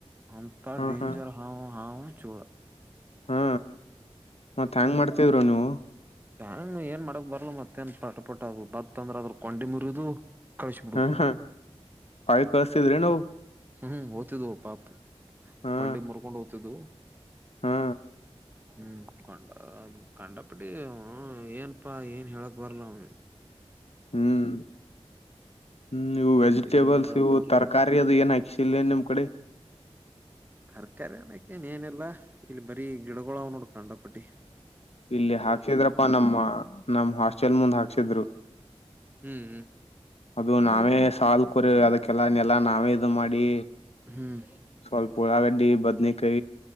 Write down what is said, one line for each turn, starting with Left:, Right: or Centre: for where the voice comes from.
Right: ಅಂತ
Left: ಹಾ
Right: ಡೆಂಜರ್
Left: ಹಾ
Right: ಹಾವೂ ಹಾವು ಚೂಳ
Left: ಹಾ ಮತ್ತತ್ ಹೆಂಗ್ ಮಾಡ್ತಿದ್ರು ನೀವು
Right: ಹಂಗ ಏನ್ ಮಾಡಕ್ ಬರ್ಲ ಮತ್ತೇನ್ ಪಟ ಪಟಟ್ ಅದು ಬತ್ತ ಅಂದ್ರ ಅದ್ರ ಕೊಂಡಿ ಮುರಿದು ಕಳಸಬಿಡುದು
Left: ಹ ಹ ಕಾಯಿ ಕಳ್ಸ್ತಿದ್ರಿ ನಾವು
Right: ಹ್ಮ್ ಓ್ತಿದ್ವು ಪಾಪ
Left: ಹಾ
Right: ಕೊಂಡಿ ಮುರ್ಕೊಂಡು ಹದ್ತಿದ್ದವು
Left: ಹಾ
Right: ಹ್ಮ್ ಕೊಂಡ ಕಂಡ ಅಡಿ ಅವ ಏನಪ್ಪಾ ಏನ್ ಹೇಳಕ್ ಬರಲ್ಲ ಅವಿಗೆ
Left: ಹ್ಮ್ ಹ್ಮ್ ಇವು ವೆಜಿಟೇಬಲ್ಸ್
Right: ಅವ್ರಿಗ ಏನು ಹೇಳಕ್
Left: ಇವು
Right: ಬರ್ಲ್ಲ
Left: ತರಕಾರಿ ಅದು ಏನಯತ ಶಿಲ್ಲ ನಮ್ಮ್ ಕಡೆ
Right: ತರ್ಕಾರಿ ಅನಕ್ಕೇನ್ ಏನಲ್ಲಾ ಇಲ್ಲಿ ಬರಿೀ ಗಿಡಗಳು ಅವ ನೋಡ್ಕಂಡಪುಟ್ಟಿ
Left: ಇಲ್ಲಿ ಹಾಕ್ಸಿದ್ರಪ್ಪಾ ನಮ್ಮ ನಮ ಹಾಸ್ಟೆಲ್ ಮುಂದ್ ಹಾಕ್ಸಿದ್ರು
Right: ಹ್ಮ್
Left: ಅದು ನಾವೇ ಸಾಲು ಕೊರಿ ಅದಕ್ಕೆಲ್ಲ ನೆಲ್ಲ ನಾವೇ ಇದು ಮಾಡಿ
Right: ಹ್ಮ್
Left: ಸ್ವಲ್ಪ ಉಳಾಗಡ್ಡಿ ಬದ್ನಿ ಕೈ